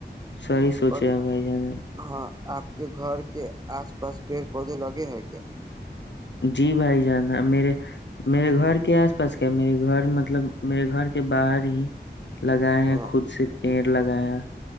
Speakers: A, on the left; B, on the right.
A: صحی سوچے
B: اور
A: بھائی ج نے
B: ہاں آپ کے گھر کے آس پاس پیڑ پودے لگے ہیں کیا
A: جی بھائی جانا میرے میرے گھر کے آس پاس کیا میرے گھر مطلب میرے گھر کے باہر ہی لگائے ہیں
B: ہاں
A: خود سے پیڑ لگایا